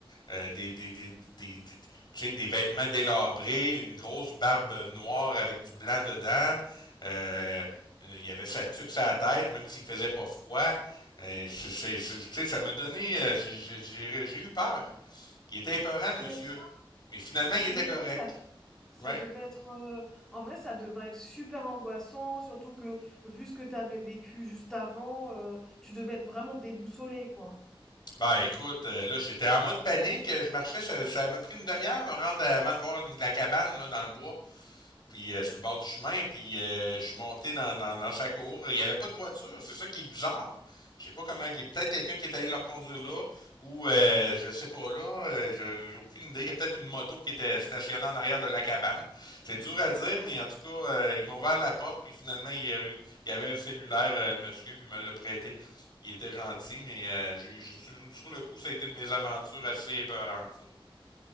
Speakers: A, on the left; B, in the centre.
A: euh, des, des, des, des, des- tu sais, des vêtements délabrés, une grosse barbe noire avec du blanc dedans. Euh, euh, il avait sa tuque sur la tête, même s'il faisait pas froid. Euh, c'est, c'est- c'est- tu sais, ça m'a donné, euh, j'ai, j'ai, j'ai, j'ai eu peur. Il était épeurant,
B: tu
A: le monsieur.
B: m'étonnes,
A: Mais finalement, il
B: tu
A: était
B: m'étonnes
A: correct.
B: ça ça
A: Ouais.
B: devait être euh, en vrai ça devrait être super angoissant surtout que vu ce que t'avais vécu juste avant euh, tu devais être vraiment déboussolé quoi.
A: Bah écoute, euh, là j'étais en mode panique, je marchais, ça, ça m'a pris une demi-heure à me rendre avant de voir la cabane là, dans le bois puis euh, sur le bord du chemin, puis euh, je suis monté dans, dans, dans sa cour. Il n'y avait pas de voiture, c'est ça qui est bizarre. Je sais pas comment. Peut-être quelqu'un qui est allé leur conduire là, ou euh, je sais pas là, euh, je- j'ai aucune idée. Il y a peut-être une moto qui était stationnée en arrière de la cabane. C'est dur à dire, mais en tout cas, euh, il m'a ouvert la porte, puis finalement, il y a eu- il y avait un cellulaire, euh, le monsieur, puis il me l'a prêté. Il était gentil, mais euh, j'ai eu- sur, sur le coup, ça a été une mésaventure assez épeurante. là.